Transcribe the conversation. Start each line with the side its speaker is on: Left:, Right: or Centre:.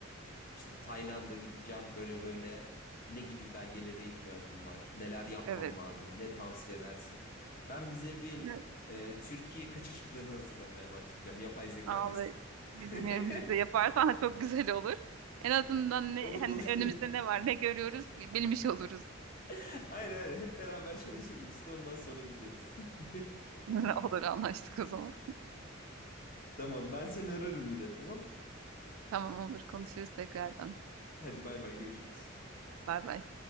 Left: İşte Tayland'a gideceğim. Böyle böyle ne gibi belgelere ihtiyacım var? Neler yapmam
Right: Evet.
Left: lazım? Ne tavsiye edersin? Ben bize bir
Right: Ne-
Left: ee, Türkiye kaçış planı hazırlamaya başlayacağım. Yapay zeka
Right: Abi
Left: destekli.
Right: bizim
Left: <laughs>
Right: yerimizde yaparsan <laughs> çok güzel olur. En azından ne
Left: Olur
Right: hani
Left: olur.
Right: önümüzde ne var, ne görüyoruz bilmiş oluruz.
Left: <laughs> Aynen aynen. Hep beraber çalışırız üstüne ondan sonra gideriz. <laughs>
Right: <laughs> Olur anlaştık o zaman.
Left: Tamam ben seni ararım yine tamam.
Right: Tamam olur konuşuruz tekrardan.
Left: Hadi bay bay görüşürüz.
Right: Bay bay.